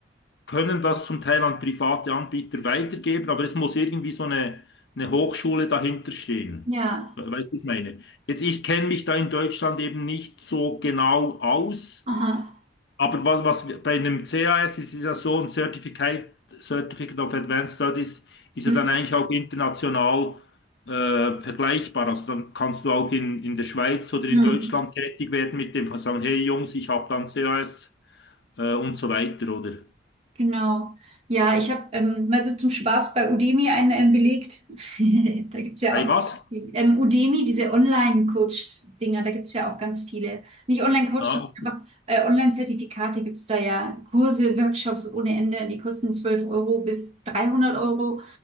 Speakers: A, on the left (about 65°); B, on the right (about 35°).
A: können das zum Teil an private Anbieter weitergeben, aber es muss irgendwie so eine, eine Hochschule dahinter stehen.
B: Ja.
A: We- Weißt du, was ich meine, jetzt ich kenne mich da in Deutschland eben nicht so genau aus,
B: Aha.
A: aber was, was wir- bei einem CAS ist, ist ja so ein Certificate, Certificate of Advanced Studies ist
B: Mhm.
A: ja dann eigentlich auch international äh, vergleichbar. Also dann kannst du auch in, in der Schweiz oder
B: Mhm.
A: in Deutschland tätig werden mit dem, kannst sagen, hey Jungs, ich habe dann CAS äh, und so weiter, oder?
B: Genau. Ja, ich habe ähm, mal so zum Spaß bei Udemy einen ähm, belegt. <laughs> Da gibt's ja
A: Bei was?
B: auch ähm, Udemy, diese Online-Coach-Dinger, da gibt's ja auch ganz viele. Nicht Online-Coach,
A: Ja,
B: sondern einfach äh, Online-Zertifikate gibt's da ja. Kurse, Workshops ohne Ende, die kosten 12 Euro bis 300 Euro.